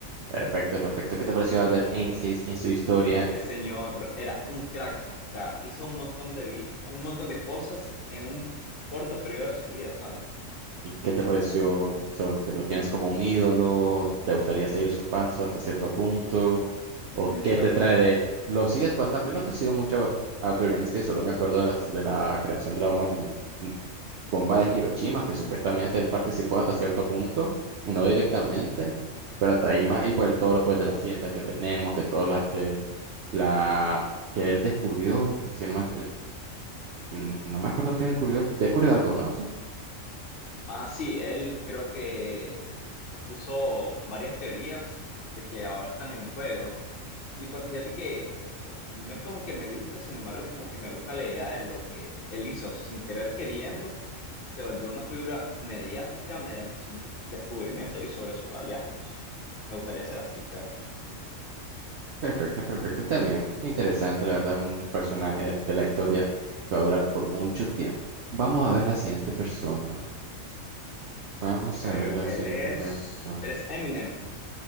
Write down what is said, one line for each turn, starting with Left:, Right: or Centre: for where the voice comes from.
Right: Perfecto, perfecto. ¿Qué te pareció Albert Einstein en su historia?
Left: Este señor era un crack, o sea, hizo un montón de vi- un montón de cosas en un corto periodo de su vida, ¿sabes?
Right: ¿Y qué te pareció? O sea, ¿te lo tienes como un ídolo? ¿Te gustaría seguir su paso hasta cierto punto?
Left: Mm,
Right: ¿O qué
Left: pues,
Right: te trae de él? Lo sigues bastante. Yo No te sigo mucho a Albert Einstein, solo me acuerdo de, las, de la creación de la bomba, mun- mu- bomba de Hiroshima, que supuestamente él participó hasta cierto punto, no directamente, pero hasta ahí más. Y pues todo lo pues, de la ciencia que tenemos, que todo la, este, la que él descubrió, si no, mal- el- no no me acuerdo qué descubrió, descubrió algo, ¿no? Sí.
Left: ah, sí, él creo que puso varias teorías de que ahora están en juego. Y pues fíjate que no es como que me guste, sin embargo, como que me gusta la idea de lo que él hizo sin querer queriendo, se volvió una figura mediática mediante sus dis- descubrimientos y sobre sus hallazgos. Me gustaría ser así, creo.
Right: Perfecto, perfecto, está bien. Interesante, la verdad, un personaje de la historia que va a durar por mucho tiempo. Vamos a ver la siguiente persona. Vamos
Left: Ok, él
Right: a ver la siguiente
Left: es,
Right: persona.
Left: él es Eminem,